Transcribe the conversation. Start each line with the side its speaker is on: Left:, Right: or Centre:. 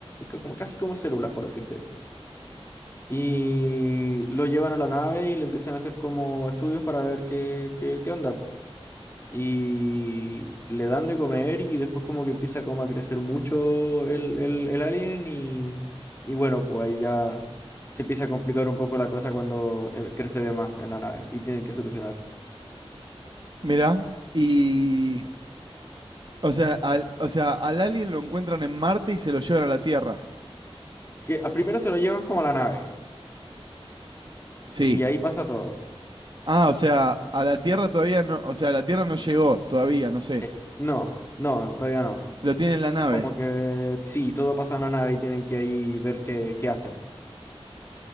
Left: Como, casi como células, por decirte. Y lo llevan a la nave y le empiezan a hacer como estudios para ver qué, qué, qué onda. y le dan de comer y después como que empieza como a crecer mucho el, el, el alien y, y bueno, pues ahí ya se empieza a complicar un poco la cosa cuando eh, crece de más en la nave y tienen que solucionar.
Right: Mirá, y... O sea, al, o sea, al alien lo encuentran en Marte y se lo llevan a la Tierra.
Left: Que a- primero se lo llevan como a la nave
Right: Sí.
Left: y ahí pasa todo.
Right: Ah, o sea, a la Tierra todavía no, o sea, la Tierra no llegó todavía, no sé.
Left: Eh, no, no, todavía no.
Right: Lo tiene en la nave.
Left: Es como que sí, todo pasa en la nave y tienen que ahí ver qué, qué hacen.